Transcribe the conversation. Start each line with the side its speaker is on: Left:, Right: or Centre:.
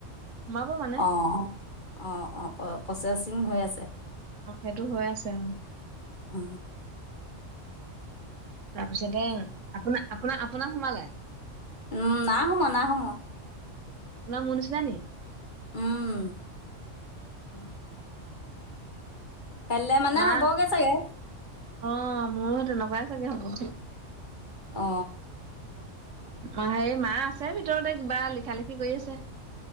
Right: সোমাব মানে
Left: অঁ, অঁ-অঁ' প্ৰচেচিং হৈ আছে
Right: সেইটো হৈ আছে, অঁ।
Left: আঁহ।
Right: তাৰপিছতে আপোনাৰ আপোনাৰ আপোনাৰ সোমালে
Left: উম না সোম না সোমোৱা
Right: আপোনাৰ মনষ্নাা নিে
Left: উম
Right: অ
Left: কাইলৈ মানে
Right: মা
Left: হ'বগে চাগে
Right: অ মোৰ স তেনেকুৱাই চাগে হ'ব
Left: অ
Right: হে মা আছে ভিতৰতে কিবা লিখা লিখি কৰি আছে